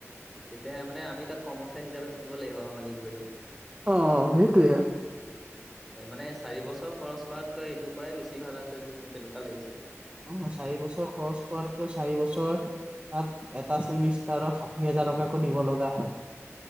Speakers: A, in the centre; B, on the right (about 25°).
A: তেতিয়াহে মানে আমি তাত কৰ্মচাৰী হিচাপে থাকিব লাগিব আৰু মালিক হৈও।
B: অ' সেইটোৱে।
A: মানে চাৰি বছৰ খৰচ কৰাতকৈ এইটো কৰাই বেছি ভাল আছে যেন মোৰ তেনেকুৱা লাগিছে।
B: অ' চাৰি বছৰ খৰচ কৰাতকৈ চাৰি বছৰ তাত এটা ছেমিষ্টাৰক ষাঠি হাজাৰ টকাকৈ দিব লগা হয়।